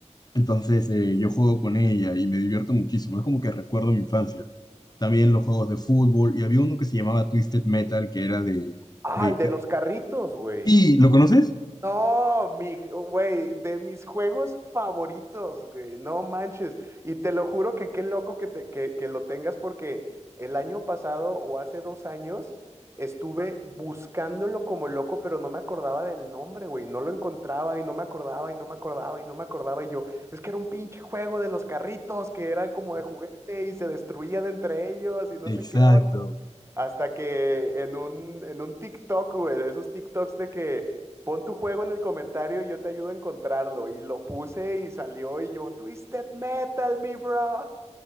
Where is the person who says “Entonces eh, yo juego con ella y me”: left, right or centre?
Left